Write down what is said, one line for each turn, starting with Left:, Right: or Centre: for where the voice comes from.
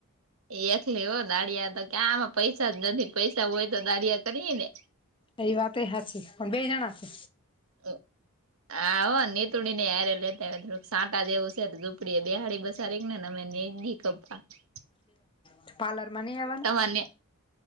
Right: એ એકલે હો દાળિયા તો કે્યા આમાં પૈસા જ નથી પૈસા હોય તો દાળયા કરીએ ને
Left: એઈ વાત એ હ છેી પણ બે જણા છે
Right: હ <unintelligible> હા હો નીતુળ ને હારે લેતા સાંટા જેવું છે ઝૂપડી એ બેહાડી બચારી ને ને અમે નેજ મી કબા <unintelligible>
Left: કે પાર્લર માં ન આવેવા
Right: તમા મને